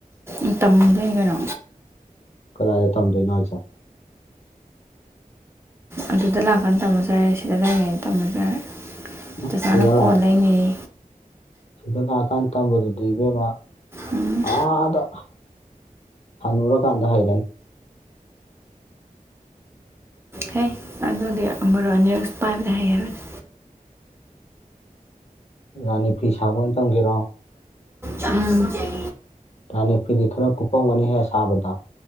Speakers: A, on the right; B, on the left.
A: ꯎ ꯇꯝꯃꯗꯣꯏꯅꯦ ꯀꯩꯅꯣ
B: ꯀꯗꯥꯏꯗ ꯊꯝꯗꯣꯏꯅꯣ ꯍꯥꯏꯁꯦ
A: ꯑꯗꯨꯗ ꯂꯥꯛꯀꯥꯟꯗ ꯇꯝꯃꯖꯔꯦ ꯁꯤꯗ ꯂꯩꯔꯤꯉꯩꯗ ꯇꯝꯃꯁꯔꯦ
B: ꯎꯝ
A: ꯆꯖꯥꯅ
B: ꯁꯤꯗ
A: ꯀꯣꯟ
B: ꯂꯥꯛꯑꯀꯥꯟ
A: ꯂꯩꯅꯩ
B: ꯁꯤꯗ ꯂꯥꯛꯑꯀꯥꯟ ꯇꯝꯕꯗꯨꯗꯤ ꯏꯕꯦꯝꯃ
A: ꯎꯝ
B: ꯑꯥꯗ ꯍꯅꯔ ꯀꯥꯟꯗ ꯍꯥꯏꯔꯅꯤ
A: ꯍ ꯑꯗꯨꯗꯤ ꯑꯃꯔꯣ ꯅ꯭ꯌꯨꯁ ꯄꯥꯏꯕꯗ ꯍꯩ ꯍꯥꯏꯕꯅꯦ
B: ꯔꯥꯅꯤ ꯐꯤ ꯁꯥꯕ ꯑꯣꯏꯅ ꯇꯝꯒꯦꯔꯣ
A: ꯎꯝ
B: ꯅꯤ ꯐꯤꯗꯤ ꯈꯔ ꯀꯨꯞꯄꯝꯒꯅꯤꯍꯦꯛ ꯁꯥꯕꯗ